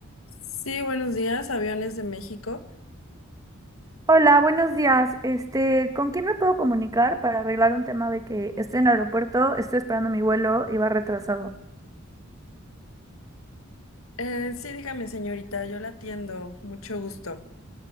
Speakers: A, on the left (about 80°); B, on the right (about 15°).
A: Sí, buenos días, Aviones de México.
B: Hola, buenos días. Este, ¿con quién me puedo comunicar para arreglar un tema de que estoy en el aeropuerto, estoy esperando mi vuelo y va retrasado?
A: Eh, sí, dígame, señorita, yo la atiendo, mucho gusto.